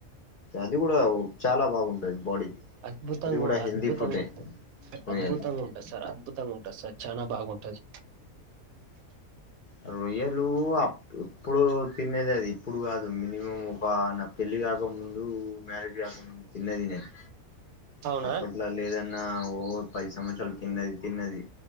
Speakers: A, on the left (about 50°); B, on the right (about 90°).
A: అది కూడా చాలా బాగుంటది బాడీకి
B: అద్భుతంగా
A: అది కూడా
B: ఉంట
A: హెల్దీ
B: అద్భుతంగా
A: ఫుడ్డే
B: ఉంటది
A: రొయ్యల్ది
B: అద్భుతంగా ఉంటంది సార్ అద్భుతంగా ఉంటంది సార్ చానా బాగుంటుంది.
A: ఆ రొయ్యలు అప్ ఎప్పుడు తినేది అది ఇప్పుడు కాదు మినిమం ఒక నా పెళ్లి కాకముందు మ్యారేజ్ కాకముందు తిన్నది నేను
B: అవునా
A: అప్పట్లా లేదన్నా ఓ పది సంవత్సరాలు కిన్నది తిన్నది